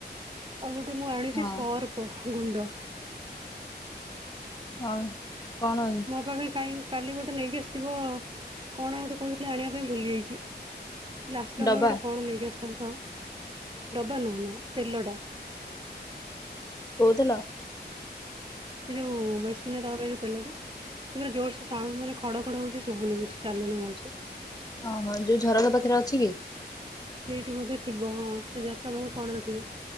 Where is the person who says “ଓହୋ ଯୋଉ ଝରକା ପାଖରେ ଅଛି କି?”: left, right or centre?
Left